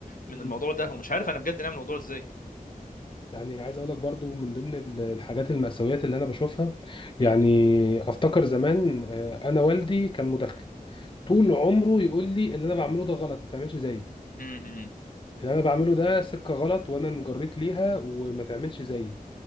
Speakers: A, on the left (about 70°); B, on the left (about 35°).
A: من
B: مم.
A: الموضوع ده ومش عارف انا بجد نعمل الموضوع ازاي
B: يعني عايز اقول لك برضو من ضمن ال- الحاجات المأساويات اللي انا بشوفها يعني
A: مم.
B: افتكر زمان آه، انا والدي كان مدخن طول عمره يقول لي اللي انا بعمله ده غلط ما تعملش زيي
A: مم. مم.
B: اللي انا بعمله ده سكه غلط وانا انجريت ليها وما تعملش زيي